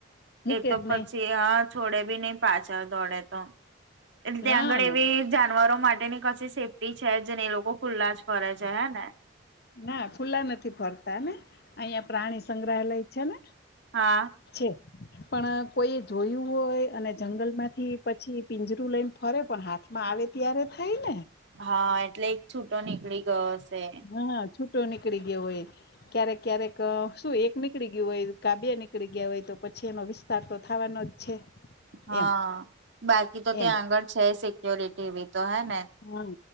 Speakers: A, on the left; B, on the right.
A: મૂકે
B: એ તો
A: જ
B: પછી
A: નહી
B: હા છોડે બી નહી પાછળ દોડે તો એટલે
A: હા
B: ત્યાં આગળ એવી જાનવરો માટેની ક સેફ્ટી છે જ નઈ એ લોકો ખુલ્લા જ ફરે છે હે ને
A: ના ખુલ્લા નથી ફરતા ને અહીં પ્રાણી સંગ્રહાલય છે ને
B: હા
A: છે. પણ કોઈ એ જોયું હોય અને જંગલ માંથી પછી પિંજરું લઈને ફરે પણ હાથમાં આવે ત્યારે થાય ને
B: હા એટલેજ છૂટો નીકળી ગયો હશે
A: હા છૂટો નીકળી ગયો હોય ક્યારેક ક્યારેક શું એક નીકળી ગયું હોય કા બે ની નીકળી ગયા હોય તો પછી એનો વિસ્તાર તો થવાનો જ છે.
B: હા
A: એમ
B: બાકી તો
A: એમ
B: ત્યાં આગળ છે સિક્યોરિટીવી તો હે ને
A: હમ